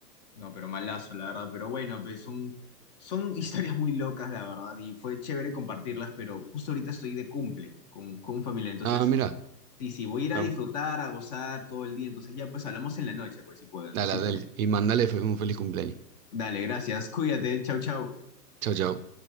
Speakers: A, on the left (about 30°); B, on the right (about 60°).
A: No, pero malazo, la verdad. Pero bueno, pues son, son <laughs> historias muy locas, la verdad. Y fue chévere compartirlas, pero justo ahorita estoy de cumple con, con familia. Entonces,
B: Ah, mira.
A: sí, sí, voy a ir
B: Bueno,
A: a disfrutar, a gozar todo el día. Entonces ya, pues hablamos en la noche, pues si pueden,
B: dale,
A: si pueden.
B: dale, y mandale fe- un feliz cumpleaños.
A: Dale, gracias. Cuídate. Chau, chau.
B: Chao, chao.